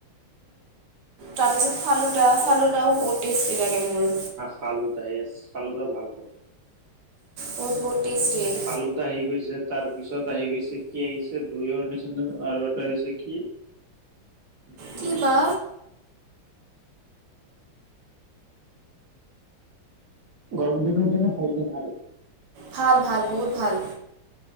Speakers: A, on the right; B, on the right.
A: তাৰপিছত ফালুদা ফালুদাও বহুত টেষ্টি লাগে মোৰ
B: শালোদা য়ছ শালুদা ভালক <unintelligible>
A: বহুত বহুত টেষ্টি হয়
B: ফালুদা আহি গৈছে তাৰ পিছত আহি গৈছে কি আহিছে দুইৰ নিচিনা আৰু এটা আহিছে কি উম
A: কি বা
B: গৰম দিনৰ কাৰণে খালদ <unintelligible> ভাল
A: ভাল ভাল বহুত ভাল